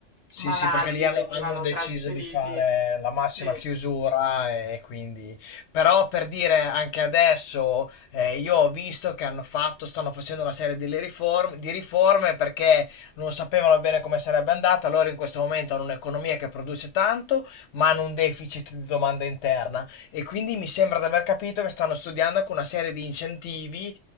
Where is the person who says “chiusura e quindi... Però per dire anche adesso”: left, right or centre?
Left